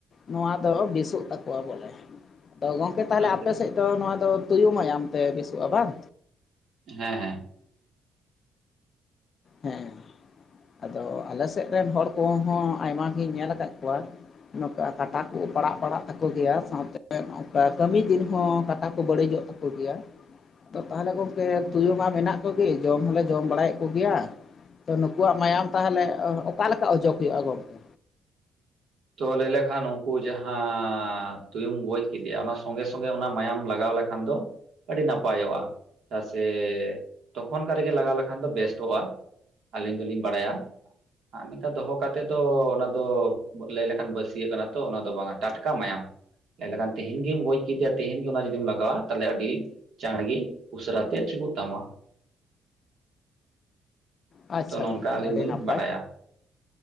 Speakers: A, on the left; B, on the right.
A: ᱱᱚᱣᱟ ᱫᱚ ᱵᱮᱥᱚᱜ ᱛᱟᱠᱚᱣᱟ ᱵᱚᱞᱮ᱾ ᱟᱫᱚ ᱜᱚᱝᱠᱮ ᱛᱟᱦᱚᱞᱮ
B: ᱟᱪᱪᱷᱟ
A: ᱟᱯᱮ
B: ᱟᱪᱪᱷᱟ
A: ᱥᱮᱫ ᱫᱚ ᱱᱚᱣᱟ ᱫᱚ ᱛᱩᱭᱩ ᱢᱟᱭᱟᱢ ᱛᱮ ᱵᱮᱥᱚᱜᱼᱟ ᱵᱟᱝ?
B: ᱦᱮᱸ ᱦᱮᱸ᱾
A: ᱦᱮᱸ ᱟᱫᱚ ᱟᱞᱮ ᱥᱮᱫ ᱨᱮᱱ ᱦᱚᱲ ᱠᱚᱦᱚᱸ ᱟᱭᱢᱟᱜᱤᱧ ᱧᱮᱞ ᱟᱠᱟᱫ ᱠᱚᱣᱟ᱾ ᱱᱚᱝᱠᱟ ᱠᱟᱴᱟ ᱠᱚ ᱯᱟᱲᱟᱜ ᱯᱟᱲᱟᱜ ᱛᱟᱠᱚ ᱜᱮᱭᱟ ᱥᱟᱶᱛᱮ ᱱᱚᱜᱚᱝᱠᱟ ᱠᱟᱹᱢᱤ ᱫᱤᱱ ᱦᱚᱸ ᱠᱟᱴᱟ ᱠᱚ ᱵᱟᱹᱲᱤᱡᱼᱚᱜ ᱛᱟᱠᱚ ᱜᱮᱭᱟ᱾ ᱛᱚ ᱛᱟᱦᱚᱞᱮ ᱜᱚᱢᱠᱮ ᱛᱩᱭᱩ ᱢᱟ ᱢᱮᱱᱟᱜ ᱠᱚᱜᱮ ᱡᱚᱢ ᱦᱚᱸᱞᱮ ᱡᱚᱢ ᱵᱟᱲᱟᱭᱮᱫ ᱠᱚᱜᱮᱭᱟ᱾ ᱛᱚ ᱱᱩᱠᱩᱣᱟᱜ ᱢᱟᱭᱟᱢ ᱛᱟᱦᱚᱞᱮ ᱚᱠᱟ ᱞᱮᱠᱟ ᱚᱡᱚᱜ ᱦᱩᱭᱩᱜᱼᱟ ᱜᱚᱢᱠᱮ?
B: ᱛᱚ ᱞᱟᱹᱭ ᱞᱮᱠᱷᱟᱱ ᱩᱱᱠᱩ ᱡᱟᱦᱟᱸ ᱛᱩᱭᱩᱢ ᱜᱚᱡ ᱠᱮᱫᱮᱭᱟ ᱚᱱᱟ ᱥᱚᱸᱜᱮ ᱥᱚᱸᱜᱮ ᱚᱱᱟ ᱢᱟᱭᱟᱢ ᱞᱟᱜᱟᱣ ᱞᱮᱠᱷᱟᱱ ᱫᱚ ᱟᱹᱰᱤ ᱱᱟᱯᱟᱭᱚᱜᱼᱟ᱾ ᱪᱮᱫᱟᱜ ᱥᱮ ᱛᱚᱠᱷᱚᱱ ᱠᱟᱜ ᱨᱮᱜᱮ ᱞᱟᱜᱟᱣ ᱞᱮᱠᱷᱟᱱ ᱫᱚ ᱵᱮᱥᱴᱚᱜᱼᱟ᱾ ᱟᱹᱞᱤᱧ ᱫᱚᱞᱤᱧ ᱵᱟᱲᱟᱭᱟ ᱟᱨ ᱱᱤᱝᱠᱟ ᱫᱚᱦᱚ ᱠᱟᱛᱮ ᱫᱚ ᱚᱱᱟ ᱫᱚ ᱞᱟᱹᱭ ᱞᱮᱠᱷᱟᱱ ᱵᱟᱹᱥᱤᱭᱟᱹᱜ ᱠᱟᱱᱟ ᱛᱚ ᱚᱱᱟ ᱫᱚ ᱵᱟᱝᱟ ᱴᱟᱴᱠᱟ ᱢᱟᱭᱟᱢ᱾ ᱞᱮ ᱠᱷᱟᱱ ᱛᱮᱦᱮᱧ ᱜᱮᱢ ᱜᱚᱡ ᱠᱮᱫᱮᱭᱟ ᱛᱮᱦᱮᱧ ᱜᱮ ᱚᱱᱟ ᱡᱩᱫᱤᱢ ᱞᱟᱜᱟᱣᱟ ᱛᱟᱦᱞᱮ ᱟᱹᱰᱤ ᱪᱟᱸᱬᱜᱮ ᱩᱥᱟᱹᱨᱟ ᱛᱮ ᱴᱷᱤᱠᱩᱜ ᱛᱟᱢᱟ᱾
A: ᱟᱪᱪᱷᱟ
B: ᱛᱚ ᱱᱚᱝᱠᱟ
A: ᱜᱚᱝᱠᱮ
B: ᱟᱹᱞᱤᱧ
A: ᱟᱹᱰᱤ
B: ᱫᱚᱞᱤᱧ
A: ᱱᱟᱯᱟᱭ
B: ᱵᱟᱰᱭᱟ᱾